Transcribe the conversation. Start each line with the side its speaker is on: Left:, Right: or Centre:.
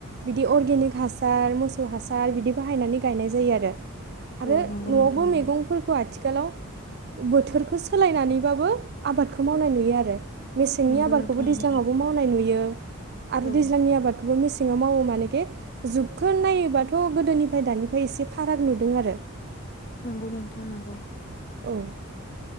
Right: बिदि अरगेनिक हासार मोसौ हासार बिदि बाहायनानै गायनाय जायो आरो। आरो
Left: औ नंगौ
Right: न'आवबो
Left: नोंथां नंगौ
Right: मैगंफोरखौ आथिखालाव बोथोरखो खो सोलायनानैबाबो आबादखौ मावनाय नुयो आरो। मेसेंनि
Left: नंगौ
Right: आबादखौबो
Left: नोंथां
Right: दैज्लाङावबो
Left: नंगौ
Right: मावनाय नुयो आरो
Left: औ
Right: दैज्लांनि आबादखौबो मेसे <unintelligible> ङाव मावो मानेगे जुगखौ नायोबाथ' गोदोनिफाय दानिफाय इसे फाराग नुदों आरो।
Left: नंगौ नोंथां नंगौ।
Right: औ।